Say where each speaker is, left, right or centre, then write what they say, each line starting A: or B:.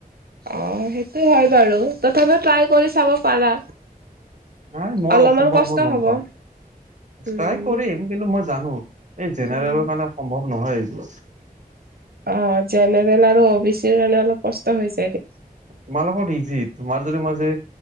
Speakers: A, on the right; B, on the right.
A: অ সেইটো হয় বাৰু তথাপি ট্ৰাই কৰি চাব পাৰা।
B: নাই মোৰ
A: অলপমান
B: অসম্ভৱ
A: কষ্ট
B: মই গম
A: হ'ব
B: পাওঁ
A: উম।
B: ট্ৰাই কৰিম কিন্তু মই জানো এই
A: উম।
B: জেনেৰেলৰ কাৰণে অসম্ভৱ নহয় এইটো
A: অ জেনেৰেল আৰু অ বি চিৰ কাৰণে অলপ কষ্ট হৈছ-
B: তোমাৰ লগত ইজি তোমাৰ যদি মই যে